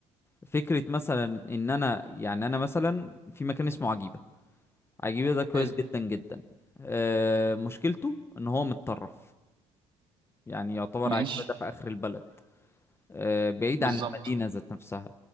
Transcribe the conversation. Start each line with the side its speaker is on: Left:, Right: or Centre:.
Left: فكرة مثلا ان انا يعني انا مثلا في مكان اسمه عجيبة عجيبة ده كويس
Right: حلو
Left: جدا جدا آه، مشكلته ان هو متطرف يعني يعتبر
Right: ماشي
Left: عجيبة ده في اخر البلد آه، بعيد
Right: بالظبط
Left: عن المدينة ذات نفسها